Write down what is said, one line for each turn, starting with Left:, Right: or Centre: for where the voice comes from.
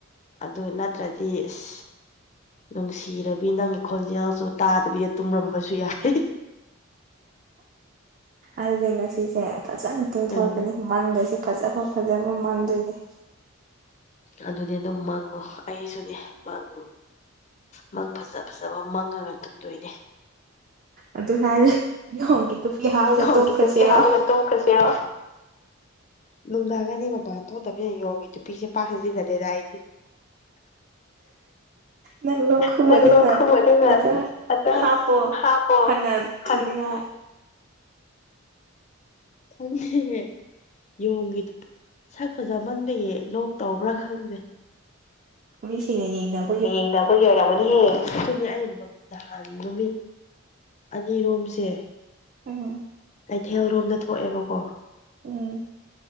Left: ꯑꯗꯨ ꯅꯠꯇ꯭ꯔꯗꯤ ꯑꯁ ꯅꯨꯡꯁꯤꯔꯕꯤ ꯅꯪꯒꯤ ꯈꯣꯟꯖꯦꯜꯁꯨ ꯇꯥꯗꯕꯤꯗ ꯇꯨꯝꯔꯝꯕꯁꯨ ꯌꯥꯏ
Right: ꯑꯗꯨꯗꯩꯩ ꯁꯤꯁꯦ ꯐꯖꯅ ꯇꯨꯝꯊꯣꯔꯛꯀꯅꯤ
Left: ꯎꯝ
Right: ꯃꯪꯒꯁꯤ ꯐꯖꯕ ꯐꯖꯕ ꯃꯪꯗꯣꯏꯅꯦ
Left: ꯑꯗꯨꯗꯤ ꯑꯗꯨꯝ ꯃꯪꯉꯨ ꯑꯩꯁꯨꯅꯦ ꯃꯪꯉ ꯃꯪ ꯐꯖ ꯐꯖꯕ ꯃꯪꯉꯒ ꯇꯨꯝꯗꯣꯏꯅꯦ
Right: ꯑꯗꯨ ꯍꯥꯏꯔꯦ <unintelligible> ꯍꯥꯞꯔꯒ
Left: ꯌꫭꯡꯒꯤ
Right: ꯇꯨꯝꯈ꯭ꯔꯁꯤꯔꯣ
Left: <unintelligible> ꯇꯣꯛꯈ꯭ꯔꯁꯤꯔꯣ ꯅꯨꯡꯗꯥꯡꯒꯗꯤ ꯃꯄꯥꯟ ꯊꯣꯛꯇꯕꯅꯤꯅ ꯌꫭꯡꯉꯤ ꯅꯨꯄꯤꯁꯦ ꯄꯥꯛ ꯁꯤꯖꯤꯟꯅꯗꯦꯗ ꯑꯩꯗꯤ
Right: ꯅꯪ ꯂꯣ ꯈꯨꯨꯗꯤꯡꯅ
Left: ꯅꯪ ꯂꯣꯛ ꯈꯨꯕꯗꯨꯅ
Right: ꯑ
Left: ꯑꯝꯇ
Right: ꯍꯥꯞꯄꯣ
Left: ꯍꯥꯞꯄꯣ
Right: ꯐꯅ
Left: ꯐꯅ
Right: ꯊꯨꯅꯤꯉꯥꯏ
Left: <unintelligible> ꯁꯛ ꯐꯖꯃꯟꯕꯌꯦ ꯂꯣꯛ ꯇꯧꯕ꯭ꯔꯥ ꯈꯪꯗꯦ
Right: ꯃꯁꯤ ꯂꯩꯗꯝ
Left: ꯍꯌꯦꯡꯗ ꯑꯩꯈꯣꯏ ꯌꯔꯝꯒꯅꯤꯍꯦ ꯑꯗꯨ ꯅꯍꯥꯟ ꯅꯨꯃꯤꯠ ꯑꯅꯤꯔꯣꯝꯁꯦ
Right: ꯎꯝ
Left: ꯀꯩꯊꯦꯜ ꯔꯣꯝꯗ ꯊꯣꯛꯑꯦꯕꯀꯣ
Right: ꯎꯝ